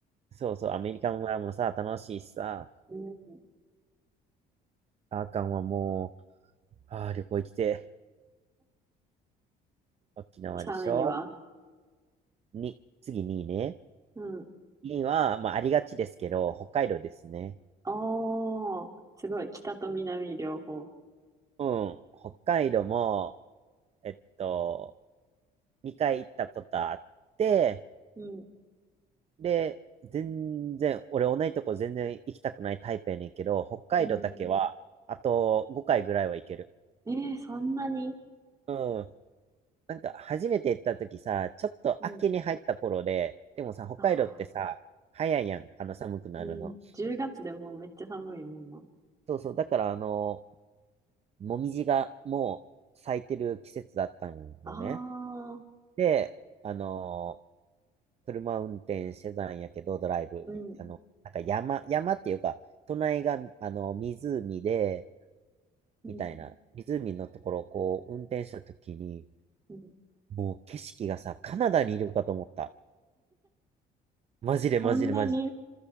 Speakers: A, on the right; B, on the right.
A: そうそう、アメリカ村もさ、楽しいしさ、
B: うん。
A: あーかんはもう、あー旅行行きて、沖縄でしょ
B: 3位は
A: に、次2位ね。
B: うん。
A: には、まあ、ありがちですけど、北海道ですね。
B: おー、すごい。北と南両方。
A: うん。北海道も、えっと、2回行ったことあって、
B: うん、
A: で、全然、俺同じとこ全然行きたくないタイプやねんけど、北海道だけは、
B: うん。
A: あと5回ぐらいは行ける。
B: えー、そんなに
A: うん。なんか、初めて行った時さ、ちょっと秋に入った頃で、
B: うん。
A: でもさ、北海道ってさ、
B: ああ、
A: 早いやん、あの寒くなるの。
B: うん。10月でもうめっちゃ寒いもんな。
A: そうそう、だからあの、もみじがもう咲いてる季節だったんよね。
B: ああ、
A: で、あのー車運転してたんやけど、ドライブ、
B: うん、
A: あの、なんか山、山っていうか、隣が、あの、湖で、
B: うん、
A: みたいな、湖のところをこう、運転した時に、
B: うん。
A: もう景色がさ、カナダにいるかと思った。マジでマジでマジで。
B: そんなに